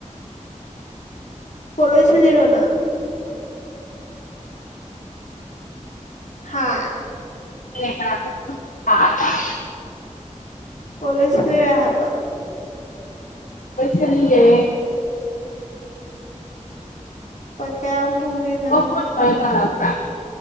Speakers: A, on the left; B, on the left.
A: ꯄꯣꯂꯣꯏꯁꯤꯔꯣꯅꯥ ꯍꯥꯥ
B: ꯇꯥꯔꯕ
A: ꯄꯣꯂꯁꯤ ꯍꯕ
B: ꯂꯣꯏꯁꯤꯜꯂꯤꯌꯦ
A: ꯄꯠ ꯀꯌꯥ ꯑꯃ ꯄꯔꯤꯅ
B: ꯃꯈꯣꯟ ꯈꯔ ꯇꯥꯔꯛꯄ꯭ꯔꯥ